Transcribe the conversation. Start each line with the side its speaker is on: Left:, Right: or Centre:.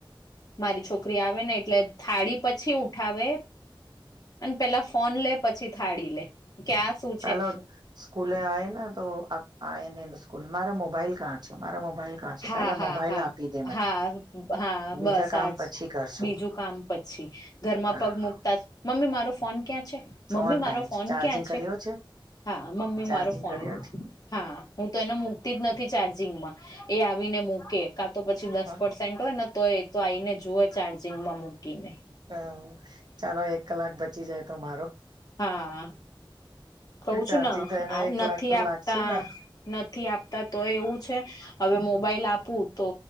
Left: મારી છોકરી આવે ને એટલે થાળી પછી ઉઠાવે અને પેલા ફોન લે પછી થાળી લે કે આ શું છે
Right: ચાલો સ્કૂલે આવેને તો આ નને સ્કૂલ મારે મોબાઈલ કાં મારા મોબાઈલ કં છે
Left: હા
Right: પેલા
Left: હા
Right: મોબાઈલ
Left: હા
Right: આપી દે મને
Left: હા હા
Right: બીજા
Left: બસ
Right: કામ
Left: આજ
Right: પછી કરશું
Left: બીજું કામ પછી ઘરમાં
Right: હા
Left: પગ મુકતા મમ્મી મારો ફોન ક્યાં છે મમ્મી
Right: ફોન
Left: મારો
Right: કાય
Left: ફોન
Right: છે ચાર્જિંગ
Left: ક્યાં છે
Right: કર્યો
Left: હા મમ્મી
Right: ચાર્જિંગ
Left: મારો ફોન
Right: કર્યો છે
Left: હા હું તો એનો મુૂકતી જ નથી ચાર્જિંગમાં એ આવીને મૂકે કા તો પછી દસ
Right: હ
Left: પર્સેન્ટ હોય ને તો એ તો આવીને જુવે ચાર્જિંગમાં મૂકીને
Right: હ ચાલો એક કલાક બચી જાય તો મારો
Left: હા કહ છું
Right: ચાર્જિંગ
Left: ને
Right: થયાને એક
Left: નથી
Right: કલાક તો
Left: આપતા
Right: લાગશે ને
Left: નથી આપતા તો એવું છે હવે મોબાઈલ આપવું તો